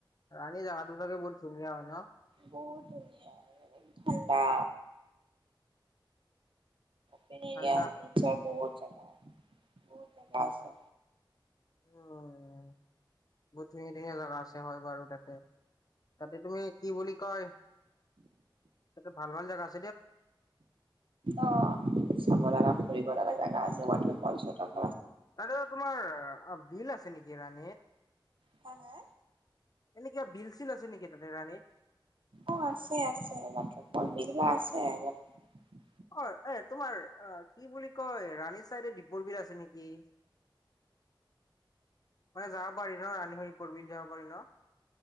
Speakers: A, on the left; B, on the right.
A: তানি যা তচাগে বহুত ধুনীয়া হয় ন <unintelligible>
B: বহুত ধুনীয়া ঠাণ্ডা পৰি
A: ঠাণ্ডা
B: নিৰ বহুত <unintelligible> <inaudible> জেগা
A: উম
B: আছে
A: উম বহুত ধুনীয়া ধুনীয়া জোগা আছে হয় বাৰু তাতে তাতে তুমি কি বুলি কয় তাতে ভাল ভাল জেগা আ
B: অ চাব লগা ফুৰিব লগা জাগা আছে ব পাঁচশ টকা
A: নাই বাইদেউ তোমাৰ বিল আছে নেকি <unintelligible> গৰাণী <unintelligible>
B: হা হা
A: এনেকিয়া বিল চিল আছে নেকি তাতে ৰাণী
B: অ আছে আছে ৱাটাৰফল বিলা আছে <unintelligible>
A: অ এ তোমাৰ কি বুলি কয় ৰাণী চাইডে দুপৰ বিল আছে নেকি মানে যাব পাৰি ন ৰাণী হৈ দীপৰ বিল যাব পাৰি ন